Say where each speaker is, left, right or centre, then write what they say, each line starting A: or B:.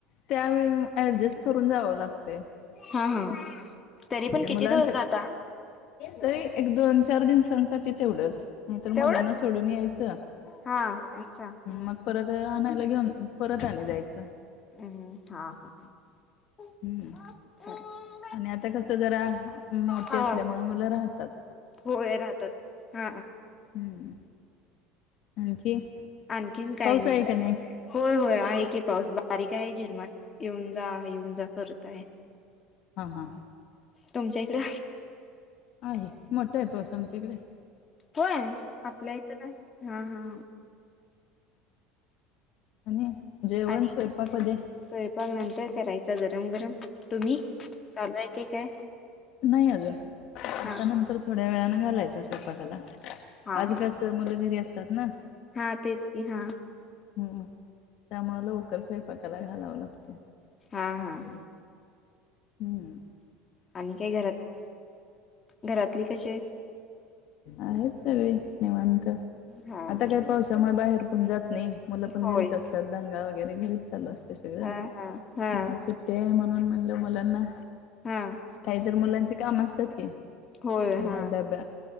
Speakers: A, on the left; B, on the left.
A: त्यावेळी ऍडजस्ट करून जावं लागतय.
B: हा हा, तरी पण
A: मुलांसाठी
B: किती दिवस जाता?
A: तरी, एक दोन-चार दिवसांसाठी तेवढंच. नाहीतर
B: तेवढंच
A: मुलांना सोडून यायचं,
B: हा अच्छा हा
A: मग परत आणायला घेऊन, परत आण जायचं
B: हम्, हा.
A: हम्म
B: हा.
A: आणि आता कसं जरा, मोठी
B: हा
A: असल्यामुळे मुलं राहतात.
B: होय, राहतात. हा.
A: हम्म आणखी
B: आणखीन काय
A: पाऊस
B: नाही
A: आहे
B: ब
A: का
B: होय, होय, आहे की पाऊस, बारीक आहे, झिरमाट, येऊन जा, येऊन जा, करत आहे.
A: हा, हा.
B: तुमच्या इकडं?
A: आहे, मोठा आहे, पाऊस आमच्याकडे.
B: होय? आपल्या इथं नाही, हा हा.
A: आणि, जेवण
B: आणि
A: स्वयंपाक कधी?
B: स्वयंपाक नंतर करायचा, गरम-गरम, तुम्ही? चालू आहे की काय
A: नाही अजून, आता
B: हा हा
A: नंतर थोड्या वेळाने घालायचं स्वयंपाकाला,
B: हा
A: आज
B: हा
A: कसं मुलं घरी असतात ना.
B: हा तेच की, हा.
A: हम्म, त्यामुळे लवकर स्वयंपाकाला घालावं लागतय.
B: हा. हा. हा.
A: हम्म!
B: आणि काय? घरात घरातले कसे आहेत?
A: आहेत सगळी निवांत,
B: हा
A: आता
B: हा
A: काय पावसामुळे बाहेर कोन जात नाही मुलं पण
B: होय
A: घरीच असतात, दंगा वगैरे घरीच चालू असते सगळं,
B: हा हा हा
A: मग आज सुट सुट्टी आहे, म्हणून म्हणलं मुलांना
B: हां.
A: काहीत मुलांची काम असतात की,
B: होय
A: त्यांना
B: हा
A: ड